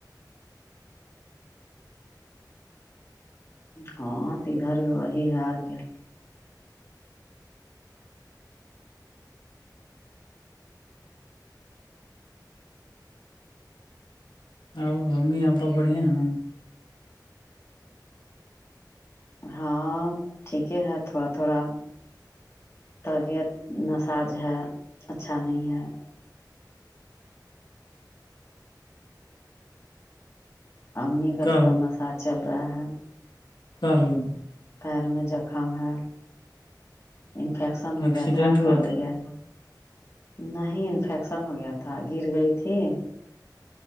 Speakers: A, on the left; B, on the left.
A: ہاں تو ادھر بھی وہی ہے کیا-
B: آب ممی آپ تو بڑھیا ہیں-
A: ہاں ٹھیک ہے تھوڑا- تھوڑا- طبیعت نساج ہے اچھا نہیں ہے- امی کا
B: کیا
A: تھوڑا نشہ چل رہا ہے-
B: ہاں- ہاں
A: پیر میں جخم ہے- انفیکشن ہو
B: ایکسیڈینٹ
A: گیا تھا
B: ہوا
A: کٹ گیا- نہیں انفیکشن ہو گیا تھا گر گئی تھی-